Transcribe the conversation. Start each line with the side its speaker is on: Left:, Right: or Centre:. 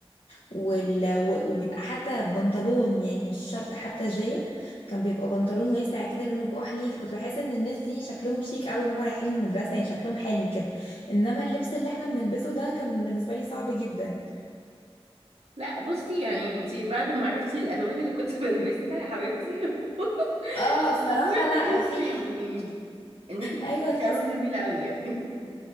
Left: وال... و- وبيبقى حتى بنطلون يعني مش شرط حتى جايب كان بيبقى بنطلون واسع كده لونه كحلي فكنت بحس ان الناس دي شكلهم شيك قوي وهم رايحين المدرسة يعني شكلهم حلو كده انما اللبس اللي احنا بنلبسه ده كان بالنسبة لي صعب جدا
Right: لا بصي يعني انتي بعد ما عرفتي الالوان اللي كنت <laughs> بلبسها يا حبيبتي <laughs>
Left: اه الصراحة
Right: المفروض
Left: لا
Right: تحسي
Left: في ح-
Right: ان ان انتي كنت
Left: ايوه
Right: بتلبسي
Left: تحس
Right: الوان جميله قوي يعني <laughs>